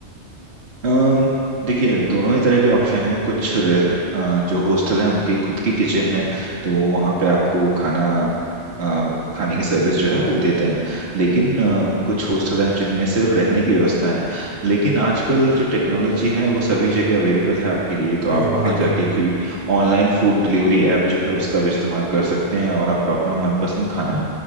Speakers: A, on the right; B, on the right.
A: अम, देखिए दोनों ही तरह के ऑप्शन हैं कुछ रे- अ, जो हॉस्टल हैं उनकी खुद की किचन है तो वो वहाँ पे आपको खाना अ, खाने की सर्विस जो है वो देते हैं लेकिन अ, कुछ हॉस्टल हैं जिनमें सिर्फ रहने की व्यवस्था है लेकिन आजकल जो टेक्नोलॉजी है वो सभी जगह अवेलेबल है आपके लिए तो आप
B: हम्म
A: वहाँ
B: बिल्कुल
A: जाके
B: बिल्कुल
A: कोई ऑनलाइन फूड डिलीवरी ऐप जो है उसका भी इस्तेमाल कर सकते हैं और आप अपना मनपसंद खाना